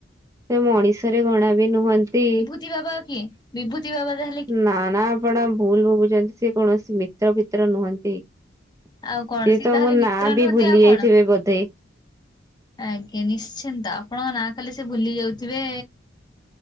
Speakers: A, on the right (about 15°); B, on the left (about 25°).
A: ସେ ମଣିଷରେ ଗଣା ବି ନୁହନ୍ତି।
B: ତିଇ ବାବା କିଏ? ବିଭୂତି ବାବା ଯାହ
A: ନା ନା ଆପଣ ଭୁଲ ବୁଝନ୍ତି, ସେ କୌଣସି ମିତ୍ର ଫିତ୍ର ନୁହନ୍ତି। ସିଏ
B: ଆଉ କଣ ସିଏ
A: ତ
B: ତାହେଲେ
A: ମୋ ନା
B: ମିତ୍ର ନୁହନ୍ତି
A: ବି ଭୁଲି
B: ଆଉ
A: ଯାଇଥିବେ
B: କଣ?
A: ବଧେ।
B: ଆଜ୍ଞା ନିଶ୍ଚିନ୍ତ। ଆପଣ ନାଁ ଖାଲି ସେ ଭୁଲି ଯାଉଥିବେ।